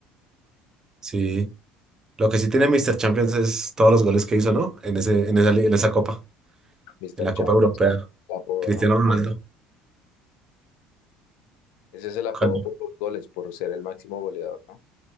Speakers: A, on the right; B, on the left.
A: Sí. Lo que sí tiene Mr. Champions es todos los goles que hizo, ¿no? En ese, en esa, li- en esa copa,
B: Mister
A: en la Copa
B: Champ,
A: Europea.
B: el apodo,
A: Cristiano
B: ¿no?
A: Ronaldo.
B: Bueno, ese es el apodo
A: Cuando,
B: por los goles, por ser el máximo goleador, ¿no?